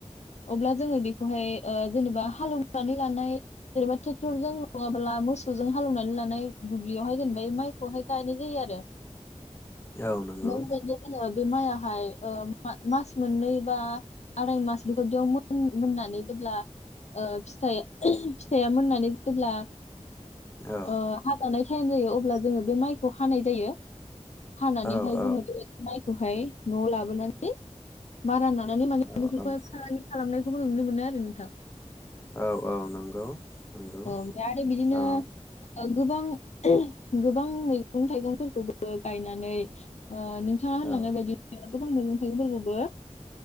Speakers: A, on the left; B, on the left.
A: अब्ला जोङो बेखौहाय ओ जेनेबा हालेवनानै लानाय जेनेबा ट्रेक्टरजों नङाब्ला मोसौजों हालौवनानै लानो नाय दुब्लियावहाय जेनेबा माइखौहाय गायनाय जायो आरो
B: औ नंगौ
A: <unintelligible> बे माइहाय ओ मास मोननै बा आराय मास बेबायदियाव मोननानै जेब्ला ओ फिथाइ फिथाइया मोननानै जेब्ला
B: औ
A: ओ हाजानाय टाइम जायो अब्ला जोङो बे माइखौ हानाय जायो हानानैहाय
B: औ औ
A: जोङो <unintelligible> बेहाय न'आव लाबोनानै मारा ना नानै माने
B: औ
A: बेफोरखौहाय
B: औ
A: खालामनायखौबो नुनो मोनो आरो नोंथां
B: औ औ नंगौ नंगौ
A: औ <unintelligible> आरो बिदिनो
B: औ
A: <unintelligible> गोबां गोबां मैगं थाइगंफोरखौबो गायनानै ओ नोंथाङा होनलांनाय
B: औ
A: बायदि गोबां मैगं थाइगंफोरखौबो